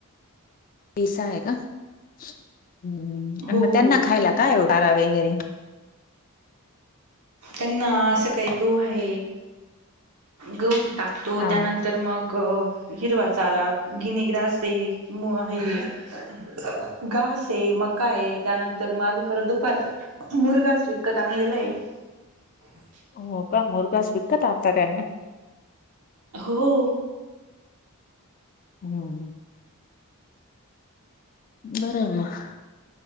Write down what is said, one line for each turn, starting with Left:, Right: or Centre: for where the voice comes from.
Left: तीस आहे का हम्म हम्म आणि
Right: हो
Left: मग
Right: हो
Left: त्यांना खायला काय चारा वगैरे.
Right: त्यांना असं काही गहू आहे गहू टाकतो
Left: हा.
Right: त्यानंतर. तर मग हिरवा चारा गिनीग्रास ते <unintelligible> घास आहे मका आहे त्यानंतर मालू परत दुपार. मुर्गाच विकत आणलेला आहे. <inaudible>
Left: हो का मुर्गास विकत आणता का <unintelligible>
Right: हो.
Left: हम्म हम्म बरं आहे मग